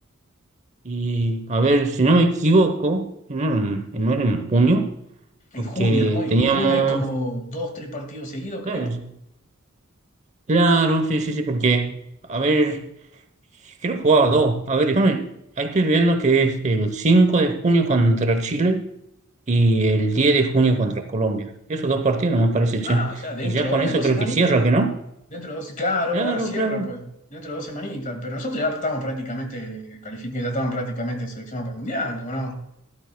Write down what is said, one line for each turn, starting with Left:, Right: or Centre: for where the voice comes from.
Right: Y a ver, si no me equivoco, no era, en- no era en junio,
Left: En
Right: porque
Left: junio, ¿no? En
Right: teníamos,
Left: junio hay como dos, tres partidos seguidos, creo.
Right: claro, claro, sí, sí, sí, porque, a ver. Creo que jugaba dos. A ver, déjame. Ahí estoy viendo que es el 5 de junio contra Chile y el 10 de junio contra Colombia. Esos dos partidos no me parece, che.
Left: Ah, o sea, dentro
Right: Y ya con
Left: ahora
Right: eso
Left: de dos
Right: creo
Left: semanitas.
Right: que cierra, ¿que no?
Left: Dentro de dos, claro,
Right: Claro,
Left: ahora cierra,
Right: claro.
Left: pues. Dentro de dos semanitas. Pero nosotros ya estamos prácticamente calificados, ya estamos prácticamente seleccionados para el mundial, ¿o no?